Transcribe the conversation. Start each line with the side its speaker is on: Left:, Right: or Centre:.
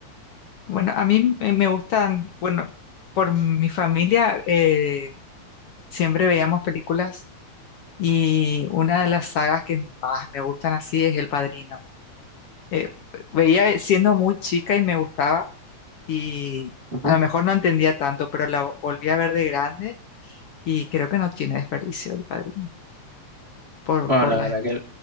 Left: bueno, a mí me me gustan, bueno, por mi familia eh, siempre veíamos películas Y una de las sagas que más me gustan así es El Padrino. Eh, veía siendo muy chica y me gustaba y
Right: Ujú.
Left: a lo mejor no entendía tanto, pero la volví a ver de grande y creo que no tiene desperdicio El Padrino. Por,
Right: Bueno,
Left: por
Right: la
Left: la...
Right: verdad que